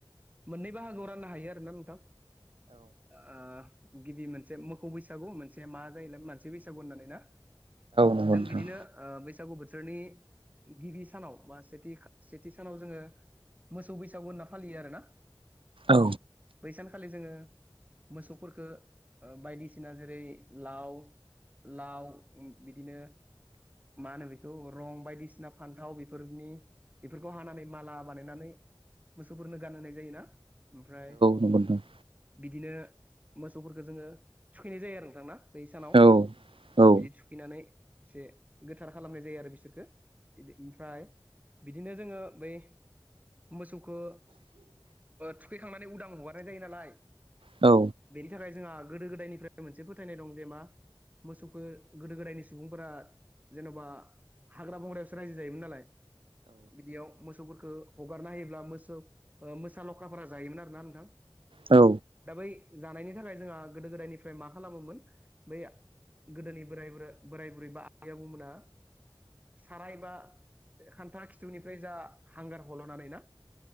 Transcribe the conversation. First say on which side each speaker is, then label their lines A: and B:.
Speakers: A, on the right; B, on the right.
A: मोननै बाहागोआव राननो हायो आरोना नोंथां ओ। गिबि मोनसे मोखौ बैसागु मोनसे मा जायो मान। मोनसे बैसागु होननानै ना
B: नंगौ
A: जों
B: नोंथां
A: बिदिनो ओ बैसागु बोथोरनि गिबि सानाव बा सेथि सेथि सानाव जोङो मोसौ बैसागु होनना फालियो आरो ना?
B: औ
A: बै सानखालि जोङो मोसौफोरखो बायदिसिना जेरै लाव लाव बिदिनो मा होनो बेखौ रं बायदिसिना फान्थाव बेफोरनि बेफोरखौ हानानै माला बानायनानै मोसौफोरनो गानहोनाय जायोना? ओमफ्राय
B: नंगौ नोंथां
A: बिदिनो मोसौफोरखौ जोङो थुखैनाय जायो आरो नोंथां ना? बै सानाव
B: औ नंगौ नोंथां औ औ
A: बिदि थुखैनानै एसे गोथार खालामनाय जायो आरो बिसोरखो इदि ओमफ्राय बिदिनो जोङो बै मोसौखो थुखैखांनानै उदां हगारनाय जायो नालाय।
B: औ
A: बिनि थाखाय जोंहा गोदो गोदायनिफ्राय मोनसे फोथायनाय दं जे मा? मोसौखौ गोदो गोदायनि सुबुंफोरा जेन'बा हाग्रा बंग्रायावसो रायजो जायोमोन नालाय। बिदियाव मोसौफोरखौ हगारना होयोब्ला मोसौ मोसा लखाफोरा जायोमोन आरोना नोंथां?
B: औ
A: दा बै जानायनि थाखाय जोंहा गोदो गोदायनिफ्राय मा खालामोमोन बै गोदोनि बोराय बुर बोराय बुरै बा आबै आबौमोना साराय बा खान्था खिथुनिफ्राय जा हांगार हल'नानै ना